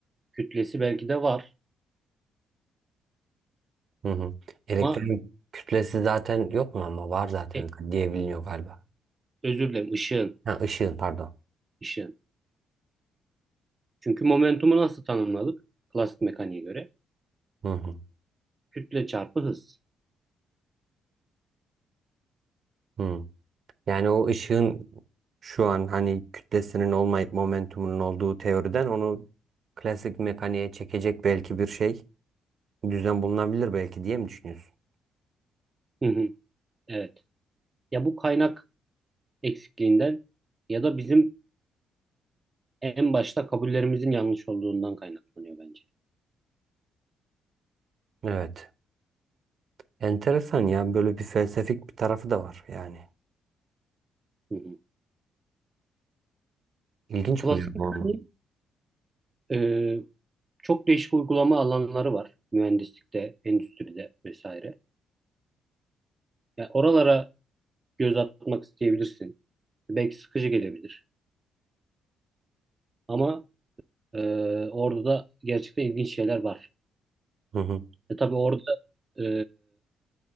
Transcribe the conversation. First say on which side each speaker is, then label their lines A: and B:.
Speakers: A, on the right; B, on the right.
A: kütlesi belki de var
B: hı hı. Elektron
A: ama
B: kütlesi zaten yok mu ama var zaten
A: E,
B: diye biliniyor galiba.
A: özür dilerim ışığın,
B: Ha, ışığın pardon.
A: ışığın. Çünkü momentumu nasıl tanımladık? Klasik mekaniğe göre.
B: Hı hı.
A: Kütle çarpı hız.
B: hı. Yani o ışığın şu an hani kütlesinin olmayıp momentumunun olduğu teoriden onu klasik mekaniğe çekecek belki bir şey düzen bulunabilir belki diye mi düşünüyorsun?
A: Hı hı, Evet. Ya bu kaynak eksikliğinden ya da bizim en başta kabullerimizin yanlış olduğundan kaynaklanıyor bence.
B: Evet. Enteresan ya böyle bir felsefik bir tarafı da var yani.
A: Hı hı.
B: İlginç
A: Klasik
B: buluyorum
A: mekanik
B: onu.
A: e, çok değişik uygulama alanları var. Mühendislikte, endüstride vesaire. Ya oralara göz atmak isteyebilirsin. Belki sıkıcı gelebilir. Ama e, orada da gerçekten ilginç şeyler var.
B: Hı hı.
A: E tabii orada e,